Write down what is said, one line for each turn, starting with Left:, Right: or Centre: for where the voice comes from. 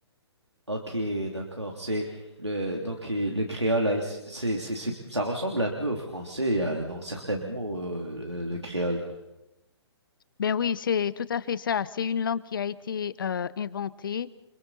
Right: Ok, d'accord. C'est le donc euh, le créole, haïti- c'est c'est c'est ça ressemble un peu au français euh, dans certains mots euh, euh, le créole.
Left: Ben oui, c'est tout à fait ça. C'est une langue qui a été euh, inventée